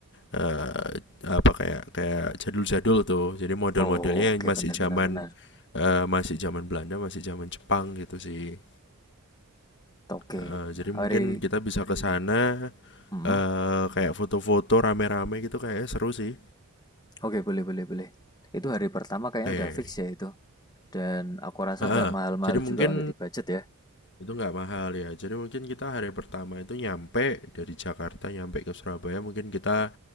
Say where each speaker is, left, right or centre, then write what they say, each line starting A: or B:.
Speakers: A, on the left; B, on the left.
A: eh, apa kayak kayak jadul-jadul tuh. Jadi model-modelnya
B: Oke,
A: yang masih
B: benar-benar,
A: zaman
B: benar, benar.
A: eh, masih zaman Belanda, masih zaman Jepang gitu sih.
B: oke.
A: Heeh, jadi mungkin
B: Hari
A: kita bisa ke sana
B: hmm,
A: eh kayak foto-foto rame-rame gitu kayaknya seru sih.
B: oke boleh boleh boleh. Itu hari pertama kayaknya
A: Oke.
B: udah fix ya itu, dan aku rasa
A: Heeh.
B: nggak mahal-mahal
A: Jadi mungkin
B: juga untuk di-budget ya?
A: itu nggak mahal ya. Jadi mungkin kita hari pertama itu nyampe dari Jakarta nyampe ke Surabaya mungkin kita